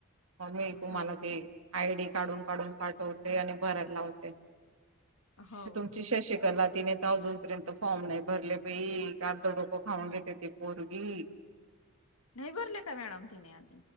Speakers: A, on the right; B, on the left.
A: म मी तुम्हाला
B: हो मॅडम
A: ते आय डी काढून काढून पाठवते आणि भरायला लावते...
B: हो
A: तुमची शशिकला तिने तर अजूनपर्यंत फॉर्म नाही भरले पहि.. डोको खाऊन घेते ती पोरगी..
B: नाही बरले काय मॅडम तिने आज.